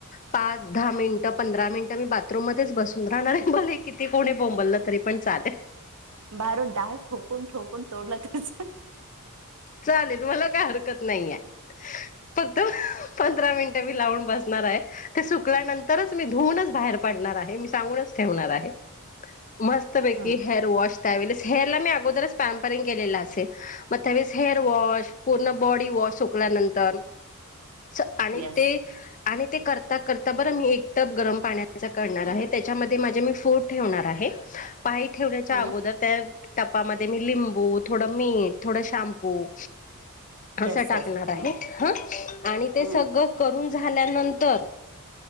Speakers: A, on the left; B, on the right.
A: पाच दहा मिनिट पंधरा मिनट मी बाथरूम मध्येच बसून राहणार आहे. बले किती कोणी बोंबललं तरी पण चालेल.
B: बाहेरून डाळ ठोकून ठोकून तोडला त्याच
A: चालेल मला काय हरकत नाही आहे. फक्त पंधरा मिनटे मी लावून बसणार आहे, ते सुकल्यानंतरच मी धुनच बाहेर पडणार आहे मी सांगूनच ठेवणार आहे. मस्त
B: ह
A: बैकी हेअर वॉश त्यावेस हेअरला मी अगोदरच. त परीन केलेलं असेल त्यावेळेस हेअर वॉश पूर्ण बॉडी वॉश सुकल्यानंतर. स आणि
B: येस
A: ते आणि ते करता, करता बरं मी एक टप गरम पाण्याचा. करणार आहे, त्याच्यामध्ये माझे मी फूड ठेवणार आहे, पाय ठेवण्याच्या
B: हम्म
A: अगोदर त्या टपामध्ये मी लिंबू थोडं मीठ थोडं शॅम्पू अस
B: येस
A: टाकणार
B: येस
A: आहे,
B: हम्म
A: ह आणि ते
B: हम्म
A: सगळं करून झाल्यानंतर